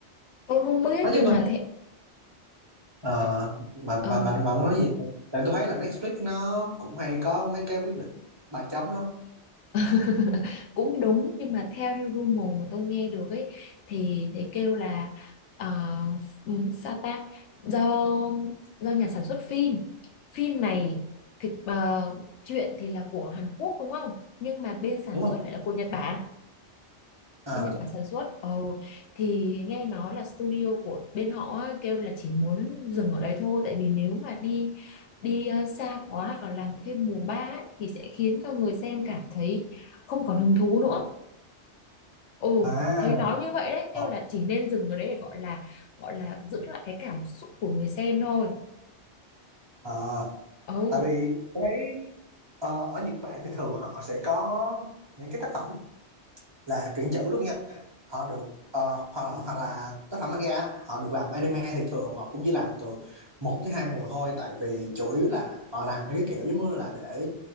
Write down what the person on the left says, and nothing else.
tôi không biết
nhưng
mà thế
ờ
<laughs> cũng đúng nhưng mà theo như rumor mà tôi nghe được ấy thì thì kêu là ờ, ừm, sao ta do do nhà sản xuất phim phim này thì ờ, chuyện thì là của Hàn Quốc đúng không nhưng mà bên sản
xuất lại là của Nhật Bản
bên Nhật Bản sản xuất ồ thì nghe nói là studio của bên họ á, kêu là chỉ muốn dừng ở đấy thôi tại vì nếu mà đi đi ờ, xa quá hoặc là làm thêm mùa ba ấy, thì sẽ khiến cho người xem cảm thấy không còn hứng thú nữa Ồ,
thấy nói như vậy đấy, kêu
là chỉ nên dừng ở đấy để gọi là gọi là giữ lại cái cảm xúc của người xem thôi.
Ồ,